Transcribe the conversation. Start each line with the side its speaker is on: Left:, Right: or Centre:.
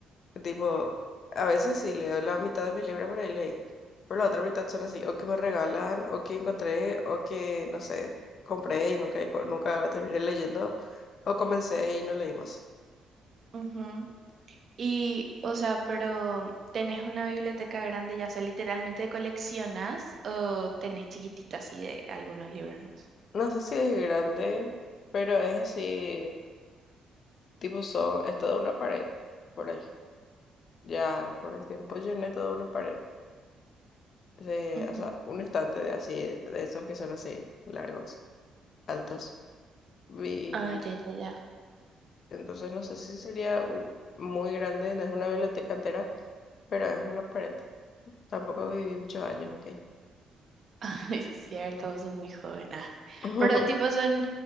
Left: Tipo, a veces sí leo la mitad de mis libros por ahí leí. Pero la otra mitad son así, o que me regalan, o que encontré, o que, no sé, compré y nunca, nunca terminé leyendo, o comencé y no leí más.
Right: Ujú. Y, o sea, pero ¿tenés una biblioteca grande, ya sea literalmente coleccionas o tenés chiquititas así de algunos libros más?
Left: No sé si es grande, pero es así, tipo, son, es toda una pared, por ahí. Ya con el tiempo llené toda una pared. de-
Right: Ujú.
Left: o sea, un estante de así, de esos que son así, largos, altos. Vi,
Right: Ah, ya, ya, ya.
Left: entonces no sé si sería u- muy grande, no es una biblioteca entera, pero es una pared. Tampoco viví muchos años, ¿ok?
Right: <laughs> Es cierto, vos sos muy joven. ah.
Left: <laughs>
Right: Pero tipo son,